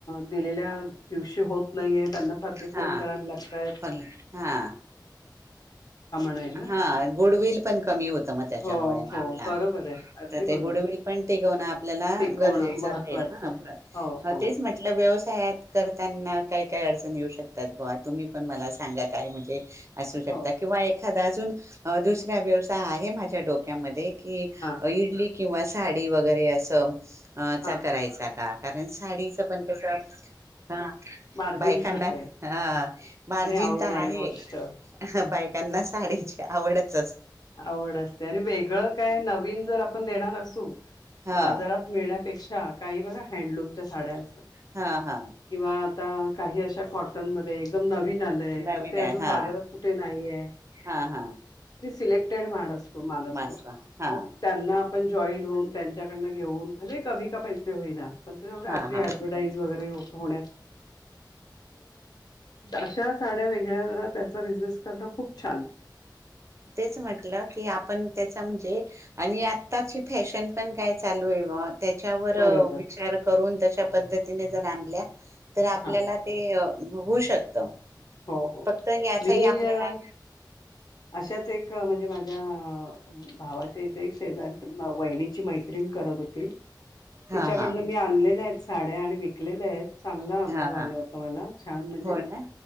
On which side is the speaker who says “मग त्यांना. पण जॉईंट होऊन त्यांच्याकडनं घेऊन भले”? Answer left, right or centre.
Left